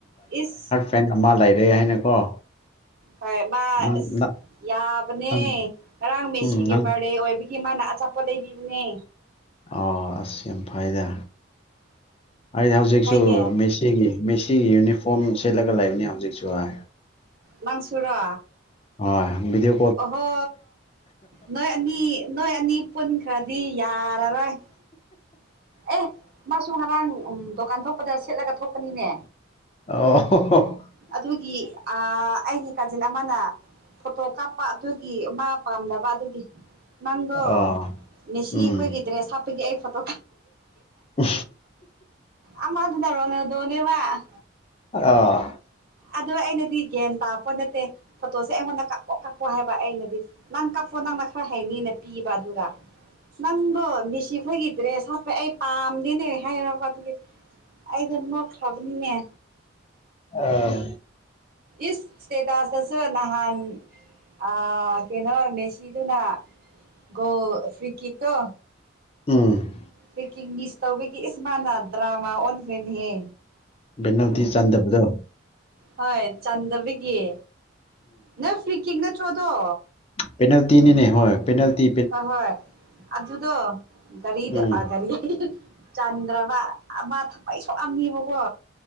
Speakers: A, on the right; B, on the left.
A: ꯏꯁ
B: ꯐꯔꯦꯟ‌ ꯑꯃꯥ ꯂꯩꯔꯦ ꯍꯥꯏꯅꯀꯣ
A: ꯍꯣꯏ ꯃꯥ
B: ꯅꯪ ꯅꯪ
A: ꯌꯥꯕꯅꯦ
B: ꯅꯪ-
A: ꯉꯔꯥꯡ ꯃꯦꯁꯤꯒꯤ
B: ꯎꯝ ꯅꯪ
A: ꯕꯥꯔꯗꯦ ꯑꯣꯏꯕꯒꯤ ꯃꯥꯅ ꯑꯆꯥꯄꯣꯠ ꯂꯩꯕꯤꯕꯅꯦ
B: ꯑꯣ ꯑꯁ ꯌꯥꯝ ꯐꯩꯗ ꯑꯩꯅ ꯍꯧꯖꯤꯛꯁꯨ
A: ꯍꯣꯏꯅꯦ
B: ꯃꯦꯁꯤ ꯁꯤꯒꯤ ꯃꯦꯁꯤꯒꯤ ꯌꯨꯅꯤꯐꯣꯔꯝ ꯁꯦꯠꯂꯒ ꯂꯩꯕꯅꯤ ꯍꯧꯖꯤꯛꯁꯨ ꯍꯥꯏ
A: ꯅꯪꯁꯨꯨꯔꯣ
B: ꯑꯣꯏ ꯕꯤꯗꯤꯌꯣ
A: ꯑꯣꯍꯣ ꯅꯣꯏ ꯑꯅꯤ ꯅꯣꯏ ꯑꯅꯤ ꯄꯨꯟꯈ꯭ꯔꯗꯤ ꯌꯥꯔꯔꯣꯏ ꯑꯦ ꯃꯥꯁꯨ ꯉꯔꯥꯡ ꯗꯨꯀꯥꯟ ꯊꯣꯛꯄꯗ ꯁꯦꯠꯂꯒ ꯊꯣꯛꯄꯅꯤꯅꯦ
B: ꯑꯣ
A: ꯑꯗꯨꯒꯤ ꯑ ꯑꯩꯒꯤ ꯀꯥꯖꯤꯟ ꯑꯃꯅ ꯐꯣꯇꯣ ꯀꯥꯞꯄ ꯑꯗꯨꯒꯤ ꯃꯥ ꯄꯥꯝꯅꯕ ꯑꯗꯨꯒꯤ ꯅꯪꯗꯣ
B: ꯑꯥ
A: ꯃꯦꯁꯤ
B: ꯎꯝ
A: ꯑꯩꯈꯣꯏꯒꯤ ꯗ꯭ꯔꯦꯁ ꯍꯥꯞꯄꯒꯤ ꯑꯩ ꯐꯣꯇꯣ
B: <inaudible>
A: ꯑꯃꯗꯨꯗꯔꫭ <unintelligible>
B: ꯑ
A: ꯑꯗꯣ ꯑꯩꯅꯗꯤ ꯒ꯭ꯌꯥꯟ ꯇꯥꯄꫭꯠ ꯅꯠꯇꯦ ꯐꯣꯇꯣꯁꯦ ꯑꯩꯉꯣꯟꯗ ꯀꯥꯞꯄꯣ ꯀꯥꯞꯄꯣ ꯍꯥꯏꯕ ꯑꯩꯅꯗꯤ ꯅꯪ ꯀꯞꯄꯣ ꯅꯪꯅ ꯈꯔ ꯍꯥꯏꯩꯅꯤꯅ ꯄꯤꯕ ꯑꯗꯨꯒ ꯅꯪꯗꯣ ꯃꯤꯁꯤ ꯈꯣꯏꯒꯤ ꯗ꯭ꯔꯦꯁ ꯍꯥꯞꯄꯦ ꯑꯩ ꯄꯥꯝꯗꯦꯅꯦ ꯍꯥꯏꯛꯄ ꯑꯗꯨꯒꯤ ꯑꯩꯗꯤ ꯅꯣꯛꯈ꯭ꯔꯕꯅꯤꯅꯦ
B: ꯑ
A: ꯏꯁ ꯁ꯭ꯇꯦꯇꯥꯁꯁꯨ ꯅꯍꯥꯟ ꯑ ꯀꯩꯅꯣ ꯃꯦꯁꯤꯗꯨꯅ ꯒꫭꯜ ꯐ꯭ꯔꯤ ꯀꯤꯛ ꯇꯣ
B: ꯎꯝ
A: ꯐ꯭ꯔꯤ ꯀꯤꯛ ꯃꯤꯁ ꯇꯧꯕꯒꯤ ꯏꯁ ꯃꯥꯅꯥ ꯗ꯭ꯔꯥꯃꯥ ꯑꯣꯟꯈ꯭ꯔꯦꯅꯦꯍꯦ
B: ꯕꯦꯅꯜꯇꯤ ꯆꯟꯗꯕꯗꯣ
A: ꯍꯣꯏ ꯆꯥꯟꯗꯕꯒꯤ ꯅꯪ ꯐ꯭ꯔꯤ ꯀꯤꯛ ꯅꯠꯇ꯭ꯔꯣ ꯑꯗꯣ
B: ꯄꯦꯅꯥꯜꯇꯤꯅꯤ ꯅꯦ ꯍꯣꯏ ꯄꯦꯅꯜꯇꯤ
A: ꯍꯣꯏ ꯍꯣꯏ ꯑꯗꯨꯗꯣ ꯒꯥꯔꯤꯗ
B: ꯎꯝ
A: ꯒꯥꯔꯤ ꯑꯌꯦ ꯆꯥꯟꯗ꯭ꯔꯕ ꯑꯃ ꯊꯃꯩ ꯁꯣꯛꯑꯝꯃꯦꯕꯀꯣ